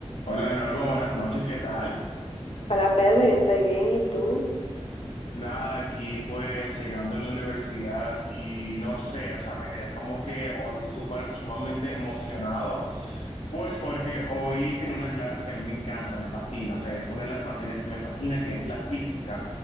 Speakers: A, on the left (about 80°); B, on the left (about 65°).
A: Hola Norma, buenas noches, ¿qué tal?
B: Hola Pedro, yo estoy bien, ¿y tú?
A: Nada, aquí pues llegando en la universidad y no sé, o sea, me quedé como que hoy súper sumamente emocionado, pues porque hoy tengo una clase que a mí me encanta, me fascina, o sea, es una de las materias que me fascina, que es la física.